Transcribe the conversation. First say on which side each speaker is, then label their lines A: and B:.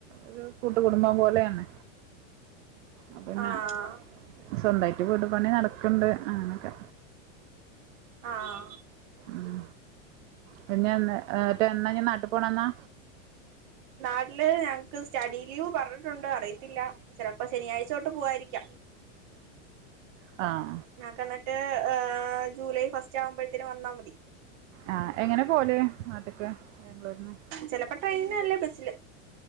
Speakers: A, on the right (about 70°); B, on the right (about 45°).
A: ഒരു കൂട്ട് കുടുംബം പോലെയാണ് അപ്പൊ പിന്നെ
B: ആഹ്
A: സ്വന്തായിട്ട് വീട് പണി നടക്കണ്ട് ആഹ് ഓക്കേ
B: ആഹ്
A: ഉം പിന്നെ എന്നാ ട്ട് എന്നാ നാട്ട് പോണ എന്നാ?
B: നാട്ടില് ഞ സ്റ്റഡി ലീവ് പറഞ്ഞിട്ടുണ്ട് അറിയത്തില്ല. ചെലപ്പോ ശനിയാഴ്ചോട്ട് പോവാരിക്കാം.
A: ആ
B: ഞങ്ങക്ക് എന്നിട്ട് ജൂലൈ ഫസ്റ്റ് ആവുമ്പോഴത്തേന് വന്നാ മതി.
A: ആ എങ്ങനെ പോല് നാട്ട്ക്ക്? ബാംഗ്ലൂരിന്ന്
B: ചെലപ്പോ ട്രെയിന്ന് അല്ലേ ബ സ്സ്ല്.